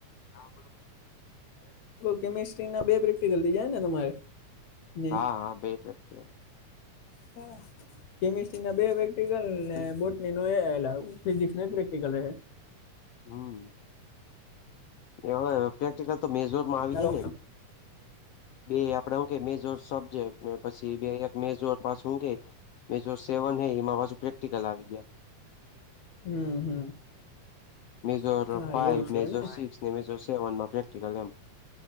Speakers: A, on the left; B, on the left.
A: હા <unintelligible> કેમેસ્ટ્રી ના બે પ્રેક્ટિકલ થઈ જાય ને તમારે ને
B: હા હા બે <unintelligible>
A: હ. કેમિસ્ટ્રીના બે પ્રેક્ટિકલને બોટની ન એ ફિઝિક્સ ન એક પ્રેક્ટિકલ રહે.
B: હમ. <unintelligible> પ્રેક્ટિકલ તો મેઝોરમાં આવી
A: ચાલો
B: જાય ને બે આપડે હું કે મેઝોર સબ્જેક્ટ. પછી બે એક મેઝોર માં શું કે મેઝોર સેવન હૈ એમાં પાછું પ્રેક્ટિકલ આવી ગયા.
A: હમ હમ.
B: મેજોર
A: હા
B: ફાઇવ,
A: એવું છે
B: મેજર
A: એમને હમ
B: સિક્સ ને મેજર સેવનમાં પ્રેક્ટિકલ એમ.